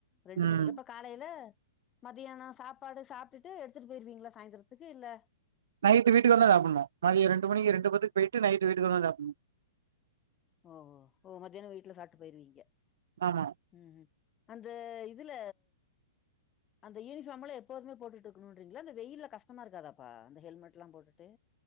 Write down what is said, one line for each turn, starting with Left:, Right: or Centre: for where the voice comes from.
Left: ரெண்டு
Right: ம்
Left: மணிக்கு எப்பக் காலைல மதியானோ சாப்பாடு சாப்ட்டுட்டு எடுத்துட்டு போயிருவீங்ளா சாய்ந்திரத்துக்கு இல்ல
Right: நைட்டு வீட்டுக்கு வந்தா சாப்புன்னு மதிய ரெண்டு மணிக்கு ரெண்டு பத்துக்கு போயிட்டு நைட்டு வீட்டுக்கு வந்தா சாப்புன்னு
Left: ஓ ஓ மதியானோ வீட்ல சாப்ட்டு போயிருவீங்க
Right: ஆமா
Left: ம் அந்த இதுல அந்த யூனிஃபார்ம்லா எப்போதுமே போட்டுட்டு இக்குன்றீங்களா இந்த வெயில்ல கஷ்டமா இருக்காதாப்பா அந்த ஹெல்மெட்லாம் போட்டுட்டு